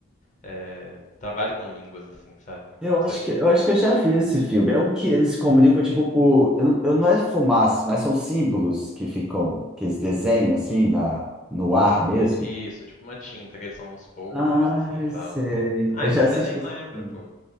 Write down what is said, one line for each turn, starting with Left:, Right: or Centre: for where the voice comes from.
Left: é, trabalha com línguas, assim, sabe?
Centre: Eu
Left: Como você...
Centre: acho que, eu acho que eu já vi esse filme. É um que eles se comunicam, tipo, por. Eu, eu não é fumaça, mas são símbolos que ficam, que eles desenham assim na, no ar mesmo.
Left: Isso, tipo uma tinta, que eles são uns polvos,
Centre: Ai,
Left: assim, e tal.
Centre: sei.
Left: Ah,
Centre: Eu
Left: então
Centre: já
Left: você
Centre: assisti
Left: nem
Centre: esse
Left: lembra,
Centre: filme.
Left: pô.